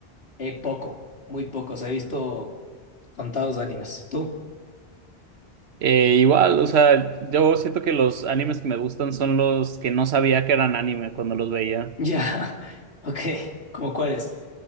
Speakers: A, on the left; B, on the right.
A: Eh, poco, muy poco. Se ha visto contados animes. ¿Tú?
B: eh, igual, o sea, yo siento que los animes que me gustan son los que no sabía que eran anime cuando los veía.
A: Ya, <laughs> ok, ¿cómo cuáles?